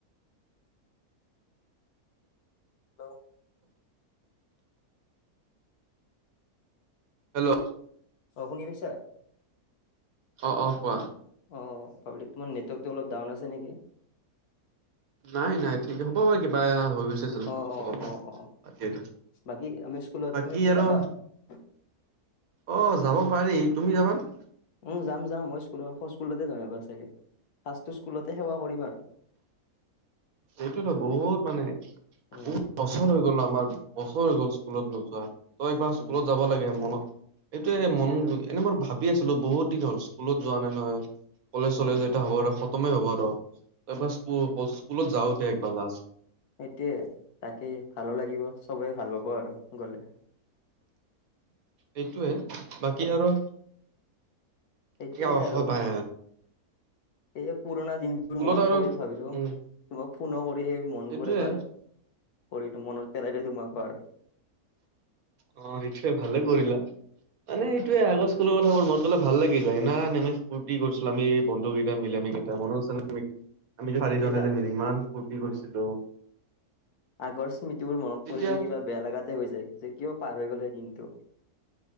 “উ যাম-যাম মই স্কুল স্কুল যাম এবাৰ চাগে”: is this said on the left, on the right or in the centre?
Left